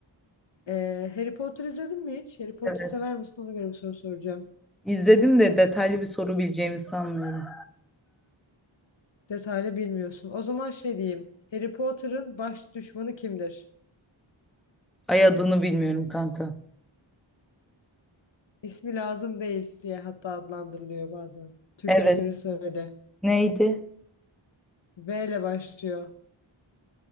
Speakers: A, on the left (about 65°); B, in the centre.
A: Ee, Harry Potter izledin mi hiç? Harry Potter
B: Evet.
A: sever misin? Ona göre bir soru soracağım.
B: İzledim de detaylı bir soru bileceğimi sanmıyorum.
A: Detaylı bilmiyorsun. O zaman şey diyeyim. Harry Potter'ın baş düşmanı kimdir?
B: Ay adını bilmiyorum kanka.
A: İsmi lazım değil diye hatta adlandırılıyor bazen. Türkçe
B: Evet.
A: çevirisi öyle.
B: Neydi?
A: V ile başlıyor.